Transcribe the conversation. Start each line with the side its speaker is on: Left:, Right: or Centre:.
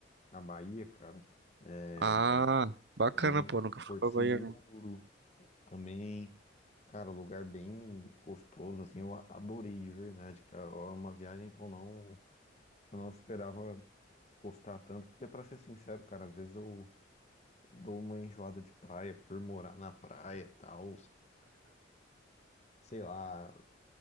Left: na Bahia, cara. É,
Right: Ah, bacana,
Left: Bem,
Right: pô, nunca fui
Left: Porto
Right: pra
Left: Seguro.
Right: Bahia, não.
Left: Também, cara, lugar bem gostoso, assim, eu a- adorei de verdade, cara. É uma viagem que eu não, que eu não esperava gostar tanto, porque pra ser sincero, cara, às vezes eu dou uma enjoada de praia por morar na praia e tal. Sei lá,